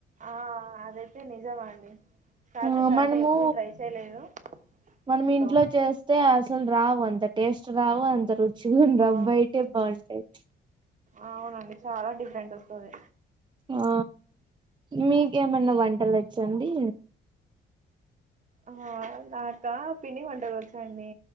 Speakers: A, on the right; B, on the right.
A: ఆ అదే నిజం అండి స్టాటస్
B: ఆ మనము
A: అంటే ఎప్పుడు ట్రై చేయలేదు
B: మనం
A: ఇంట్లో
B: చేస్తే అసలు రావు అంత టేస్ట్ రావు అంత రుచి రుచి
A: ఆ
B: బయటే బాగుంటాయి
A: అవునండి చాలా డిఫరెంట్ వస్తాది
B: ఆ మీ ఏమన్నా వంటలు వచ్చండి
A: ఆ అవునా కా పిండి వంటలు వచ్చా అండి